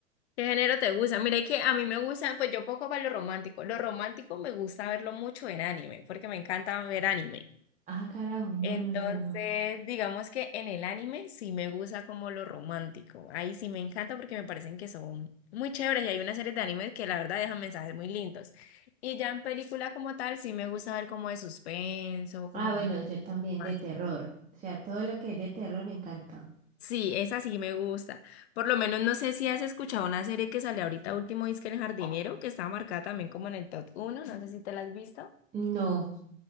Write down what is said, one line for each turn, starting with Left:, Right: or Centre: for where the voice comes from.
Left: ¿Qué género te gusta? Mira, es que a mí me gusta, pues yo poco para lo romántico. Lo romántico me gusta verlo mucho en anime, porque me encanta ver anime.
Right: Ah, carajo, no,
Left: Entonces,
Right: no, no, no.
Left: digamos que en el anime sí me gusta como lo romántico. Ahí sí me encanta porque me parecen que son muy chéveres y hay una serie de animes que la verdad dejan mensajes muy lindos. Y ya en película como tal sí me gusta ver como de suspenso, como...
Right: Ah, bueno,
Left: de
Right: yo también
Left: romance.
Right: de terror. O sea, todo lo que es de terror me encanta.
Left: Sí, esa sí me gusta. Por lo menos no sé si has escuchado una serie que sale ahorita último, es que El Jardinero, que está marcada también como en el top uno. no sé si te la has visto.
Right: No,